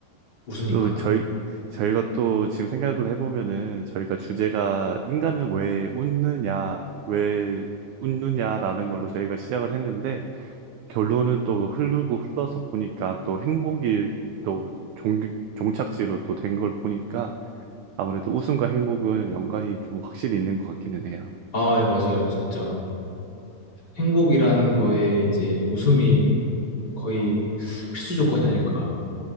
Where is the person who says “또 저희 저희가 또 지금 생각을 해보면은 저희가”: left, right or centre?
Right